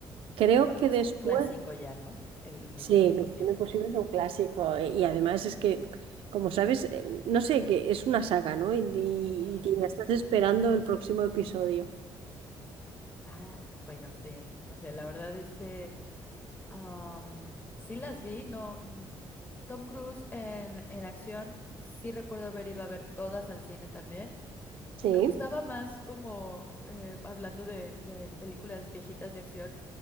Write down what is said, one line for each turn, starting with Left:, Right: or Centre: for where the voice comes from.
Right: Creo
Left: Aparte
Right: que
Left: es
Right: después,
Left: un clásico ya, ¿no? El Misión
Right: sí,
Left: Imposible.
Right: Misión Imposible es un clásico eh, y además es que, como sabes, eh, no sé, que es una saga, ¿no? Y, y,
Left: Ujú,
Right: y ya
Left: ujú.
Right: estás esperando el próximo episodio.
Left: Ah, bueno, sí. O sea, la verdad es que Am, sí las vi, no. mm, Tom Cruise en, en acción, sí recuerdo haber ido a ver todas al cine también.
Right: Sí,
Left: Me gustaba más como, eh, hablando de, de películas viejitas de acción,